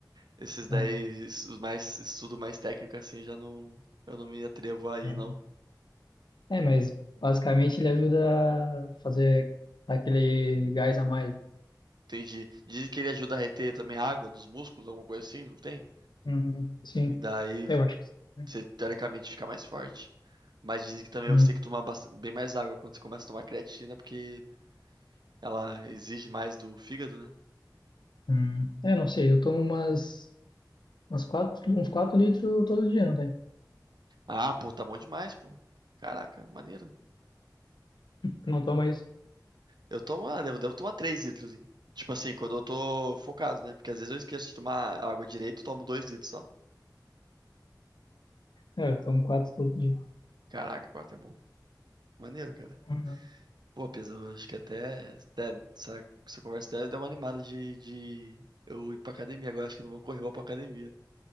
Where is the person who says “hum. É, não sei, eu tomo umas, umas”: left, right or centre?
Left